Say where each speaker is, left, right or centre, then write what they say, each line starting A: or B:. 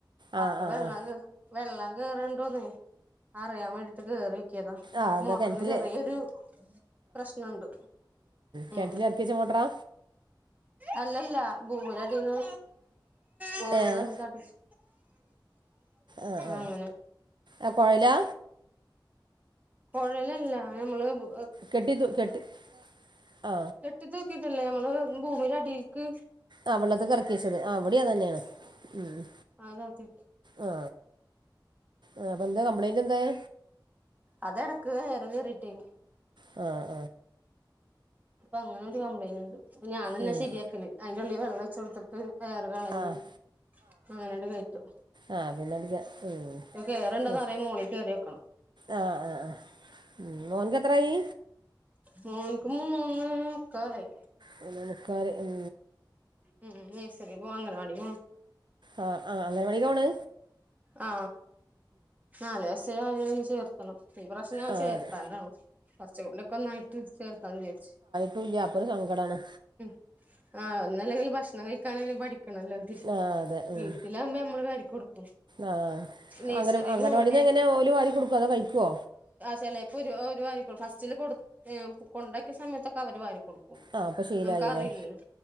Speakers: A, on the right; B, on the right.
A: ആഹ്
B: അപ്പ
A: ആഹ്
B: വെള്ളം
A: ആഹ്
B: കേ വെള്ളം കേറ്ണ്ടോന്ന് അറിയാൻ വേണ്ടിട്ട് കേറി കിയതാ
A: ആഹ് എന്താ
B: മോട്ടറിന്
A: കിണറ്റില്
B: ചെറിയൊരു പ്രശ്നണ്ട്
A: കെണറ്റിൽ
B: ഉം
A: ഇറക്കി വെച്ച മോട്ടറാ
B: അല്ലല്ല ഭൂമിടെ അടീന്ന് കോറീന്ന്
A: ഏഹ്
B: അടിത്തടിച്ച്
A: ഏ എ
B: അങ്ങനെ
A: ആ കൊയലാ
B: കൊഴലല്ല നമ്മള് വ്
A: കെട്ടി തൂ കെട്ടി ആ
B: കെട്ടി തൂകീട്ടല്ലേ നമ്മള് ഭൂമിടെ അടീൽക്ക്
A: ആ വെള്ളത്ത്ക്ക് എറക്കി വെച്ചത് ആ ഇവടിം അ തന്നെയാണ് ഉം ഉം
B: അതാത്തിട്ട്
A: ആ ആ അപ്പൊ എന്താ കംപ്ലൈന്റ് എന്തായി?
B: അതെടക്ക് എയർ കേറീട്ടെ
A: ആ
B: അപ്പൊ അങ്ങനെ ഒരു കംപ്ലൈന്റ് ഉണ്ട് ത് ഞാനന്നെ
A: ഉം
B: ശരിയാക്കല് അതിന്റെ ഉള്ളിൽ വെള്ളം ഒഴിച് കൊടുത്തിട്ട് എയർ കളഞ്ഞി
A: ആഹ്
B: അങ്ങനെണ്ട് കയറ്റും
A: ആ പിന്നെ അണ്ട് കെ ഉം
B: കേറുണ്ടെന്ന്
A: പിസ്
B: അറിയാൻ മോളിൽ കേറി നോക്കണം
A: ആ ആ ആ ഉം മോന്ക് എത്രായി?
B: മോന്ക് മൂന്ന് മുക്കാലായി
A: മൂന്നേ മുക്കാല് ഉം
B: ഉം ഉം നേഴ്സറി പോവാ അങ്ങനവാടി പോവാ.
A: ആ ആ അങ്ങനവാടികാ പോണെ
B: ആ നല് വയസായ അവനെ ഇനി ചേർ <unintelligible> ഈ പ്രവശ്യം ഞാൻ
A: ആ
B: ചേർത്താണ്ടാണ്
A: അതെ
B: കുറച്ച കൂടി ഓക്കെ ഒന്നായിട്ട് ചേർത്താന്ന്ചാരിച്ചു.
A: തുല്ല്യ അപ്പൊരു സങ്കടാണ്.
B: ഉം ആ ഒന്നല്ലെങ്കി ഭക്ഷണം കഴിക്കാനേലും പഠിക്കണല്ലോ തിഷ്
A: ആ അതെ ഉം
B: വീട്ടിൽ. ലാവൂമ്പൊ നമ്മള് വാരി കൊടുക്കും.
A: ആ
B: നഴ്സറിയിലും
A: അങ്ങന അംഗനവാടീന്ന്
B: ഏഹ്
A: എങ്ങനെ ഓല് വാരി കൊടുക്കോ അതോ കഴിക്കോ?
B: ചിലപ്പോ ഒരു അവ ഒരു വരിക്കൊളും ഫസ്റ്റില് കൊടു കൊണ്ടാക്കിയ സമയത്തൊക്കെ അവര് വാരിക്കൊടു ഉം
A: ആ അപ്പൊ ശീലായില്ലേ
B: നമുക്ക് അറിയില്ലല്ലോ.